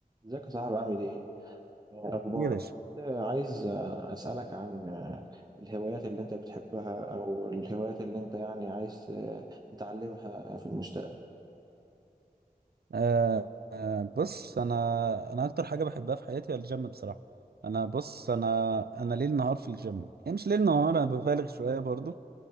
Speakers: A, on the right; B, on the right.
A: ازيك يا صاحبي عامل ايه؟ آه، اخبارك؟
B: ايه يا باشا
A: كنت عايز آه، اسالك عن آه، الهوايات اللي انت بتحبها او الهوايات اللي انت يعني عايز آه، تتعلمها في المستقبل.
B: آه آه بص انا انا اكتر حاجه بحبها في حياتي هو الجيم بصراحه انا بص انا انا ليل نهار في الجيم يعني مش ليل نهار انا ببالغ شويه برضو